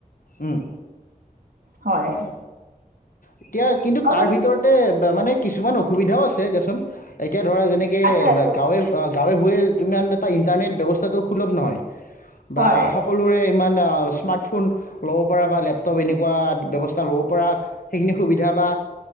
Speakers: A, on the left; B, on the right.
A: উম।
B: হয়।
A: এতিয়া কিন্তু
B: আৰু
A: তাৰ ভিতৰতে ব-মানে কিছুমান অসুবিধাও আছে দিয়াচোন। এ এতিয়া ধৰা যেনেক,
B: আছে আছে
A: গাঁৱে-অ', গাঁৱে-ভূঞে ইমান এটা ইণ্টাৰনেট ব্যৱস্থাটো সুলভ নহয়। বা
B: হয়
A: সকলোৰে ইমান স্মাৰ্ট ফোন ল'ব পৰা বা লেপটপ এনেকুৱা ব্যৱস্থা ল'ব পৰা সেইখিনি সুবিধা বা